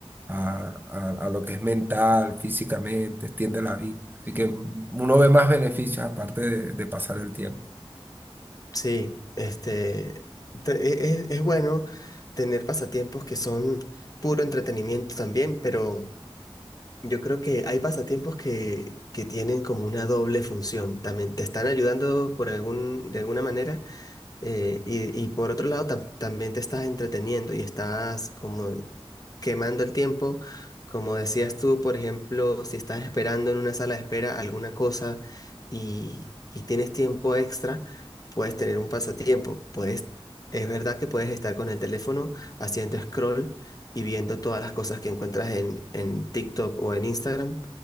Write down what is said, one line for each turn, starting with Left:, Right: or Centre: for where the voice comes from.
Right: a, a- a lo que es mental, físicamente, extiende la vida. Así que uno ve más beneficios aparte de de pasar el tiempo.
Left: Sí, este, te- e- e- es, bueno tener pasatiempos que son puro entretenimiento también, pero yo creo que hay pasatiempos que, que tienen como una doble función. También te están ayudando por algún, de alguna manera, eh, y, y por otro lado, tam- también te estás entreteniendo y estás como quemando el tiempo. Como decías tú, por ejemplo, si estás esperando en una sala de espera alguna cosa y, y tienes tiempo extra, puedes tener un pasatiempo. Puedes, es verdad que puedes estar con el teléfono haciendo scroll y viendo todas las cosas que encuentras en, en TikTok o en Instagram,